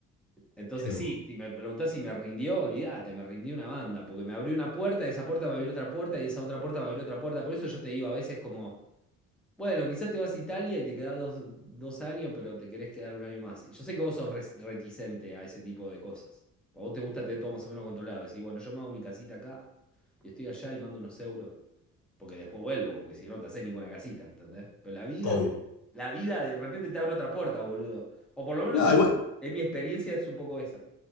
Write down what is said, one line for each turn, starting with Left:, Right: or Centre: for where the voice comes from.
Centre: Entonces
Left: qué loco.
Centre: sí, si me preguntás si me rindió, olvídate, me rindió una banda, porque me abrió una puerta, esa puerta me abrió otra puerta y esa otra puerta me abrió otra puerta. Por eso yo te digo a veces como, bueno, quizás te vas a Italia y te quedás dos, dos años, pero te querés quedar un año más. Y yo sé que vos sos res- reticente a ese tipo de cosas. A vos te gusta tener todo más o menos controlado. Decís, bueno, yo me hago mi casita acá y estoy allá y mando unos euros, porque después vuelvo, porque si no, no te haces ninguna casita, ¿entendés? Pero la vida,
Left: Obvio.
Centre: la vida de repente te abre otra puerta, boludo. O por lo menos
Left: No,
Centre: eso-
Left: igual.
Centre: en mi experiencia es un poco esa.